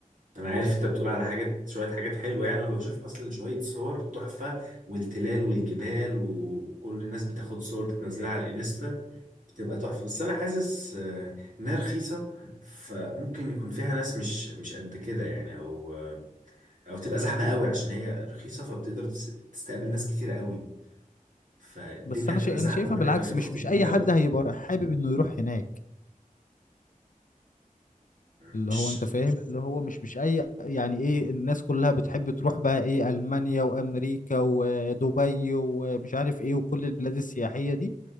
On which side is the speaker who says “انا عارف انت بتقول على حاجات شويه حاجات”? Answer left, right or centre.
Right